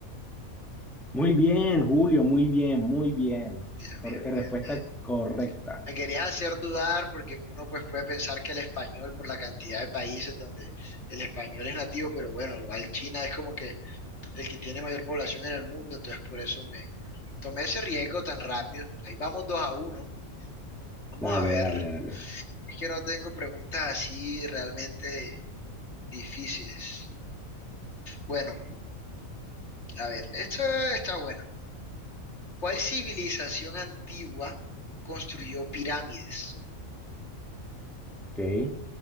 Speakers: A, in the centre; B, on the left.
A: Muy bien, Julio, muy bien, muy bien.
B: Bien,
A: Cor-
B: bien,
A: eh,
B: bien,
A: respuesta
B: bien.
A: correcta.
B: Me querías hacer dudar porque uno pues puede pensar que el español, por la cantidad de países donde el español es nativo, pero bueno, igual China es como que el que tiene mayor población en el mundo, entonces por eso me tomé ese riesgo tan rápido. Ahí vamos dos a uno. Vamos
A: Dale,
B: a ver.
A: dale, dale.
B: Es que no tengo preguntas así realmente difíciles. Bueno, a ver, esto está bueno. ¿Cuál civilización antigua construyó pirámides?
A: Ok.